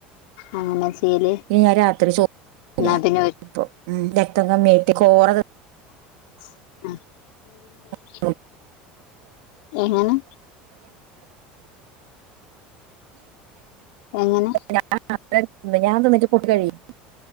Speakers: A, on the left; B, on the right.
A: അങ്ങനെ ചെയ്യല്
B: ഇനി ഞാൻ രാത്രി ചോറില്ല
A: എന്നാ പിന്നെ
B: ഉം രക്ത കമ്മി ആയിട്ട് കോറ തിന്ന
A: ആഹ്
B: <unintelligible> <unintelligible>
A: എങ്ങനെ എങ്ങനെ
B: ഞാൻ ഞാൻ തിന്നിട്ട് ഫുട്ട് കഴിയും